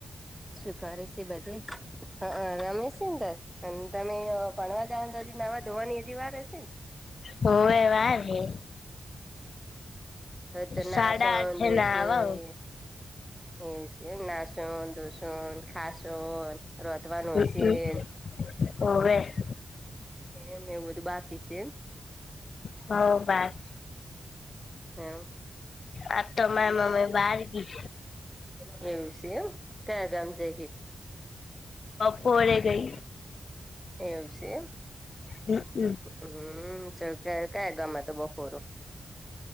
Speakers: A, in the centre; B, on the left.
A: શું કરે છે બધે હા રમેશુંંદર અને તમે ભણવા જા નવા ધોવાની હજી વાર હશે ને.
B: હોવે વાર હે
A: હમત નાશન
B: સાડા આઠે
A: દોસી.
B: ના આવા
A: હવસી નાશો દુસન. ખાસો રોતવાનું
B: હું
A: સીન.
B: હોવે.
A: એમ એવુંધું બાકી છે.
B: હ બાર
A: એમ.
B: આ તો મારે મમી બાર ગી
A: એવું છે. ક્યાં ગામ જઈ
B: બપોરે ગઈ.
A: એવું સે એમ
B: હમ હમ.
A: હમ ચ કયા ગમે તો બપોર